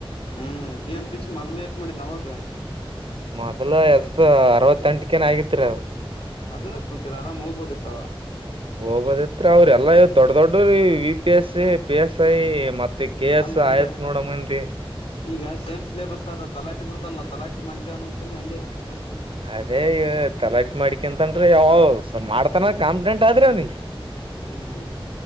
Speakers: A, on the left; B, on the right.
A: ಹ್ಮ್ ಬಿ ಎಂ ಟಿ ಸಿ ಮೊದ್ಲು ಏಟ್ ಮಾಡಿದ್ ಅವಾಗ
B: ಮೊದ್ಲ ಎಸ್ ಅರವತ್ತೆಂಟಕನ್ ಆಗಿತ್ರಿ ಅದು.
A: ಅದನ್ನ ಕುಂಚದ ಆರಾಮ್ ಹೋಗ್ಬೋದಿತ್ತವ.
B: ಹೋಗೋದಿತ್ರಿ ಅವ್ರ ಎಲ್ಲಾ ದೊಡ್ಡ ದೊಡ್ಡ ರ V P S C P S I ಮ. ಮತ್ತೆ ಕೆ ಎಸ್
A: ಅಲ್ಲ ಅಂದೆ
B: ಆಯಸ್ ನೋಡಮ್ಮಂದಿ.
A: ಈಗ ಸೇಮ್ ಸಿಲೆಬಸ್ ಅ ತಲಾಟಿ ಬಿಡ್ತಾನಲ್ಲ ತಲಾಟಿ ಮಾಡ್ಕ ಅೋ ಕಲ್ ಹಂಗೆ ನೆಕ್ಸ್ಟ್.
B: ಅದೇ ತಲಾಟ ಮಾಡಿಕಿಂತನ್ ಯಾವ ಮಾಡ್ತಾನ. ಕಾಮ ತ ಅ ಆದರನಿ.
A: ಹ್ಮ್